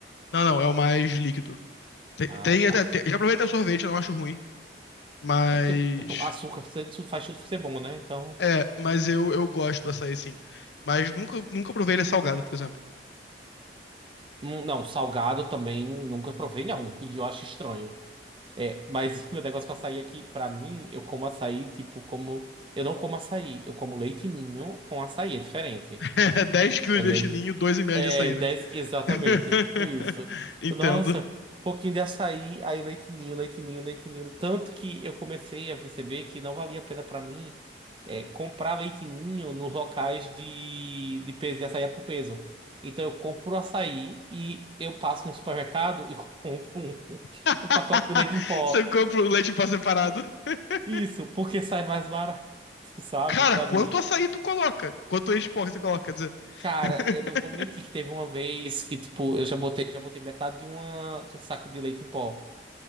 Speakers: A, on the left; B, on the right.
A: Não, não, é o mais líquido. Tem,
B: Ah,
A: tem
B: tá.
A: até, tem- já provei até sorvete, eu não acho ruim, mas
B: É porque <laughs> o açúcar faz tudo ser bom, né? Então,
A: É, mas eu, eu gosto do açaí, sim. Mas nunca, nunca provei ele salgado, por exemplo.
B: hum, não, salgado também nunca provei não, e eu acho estranho. É, mas <laughs> meu negócio com açaí é que, pra mim, eu como açaí, tipo, como. Eu não como açaí, eu como leite ninho com açaí, é diferente.
A: <laughs> 10 quilos
B: É
A: de
B: leite.
A: leite ninho, dois e meio
B: É,
A: de açaí,
B: 10,
A: né?
B: exatamente,
A: <laughs>
B: é tipo isso.
A: Entendo.
B: Nossa, um pouquinho de açaí, aí leite ninho, leite ninho, leite ninho. Tanto que eu comecei a perceber que não valia a pena pra mim é, comprar leite ninho nos locais de, de peso, de açaí por peso. Então eu compro o açaí e eu passo no supermercado e <laughs> compro um,
A: <laughs>
B: um pacote de leite em pó.
A: Você compra o leite em pó separado. <laughs>
B: Isso, porque sai mais barato, sabe,
A: Cara,
B: pra
A: quanto
B: mim.
A: açaí tu coloca? Quanto leite de porco você coloca, quer dizer?
B: Cara,
A: <laughs>
B: eu não vou mentir que teve uma vez que, tipo, eu já botei, já botei metade de, uma, de um saco de leite em pó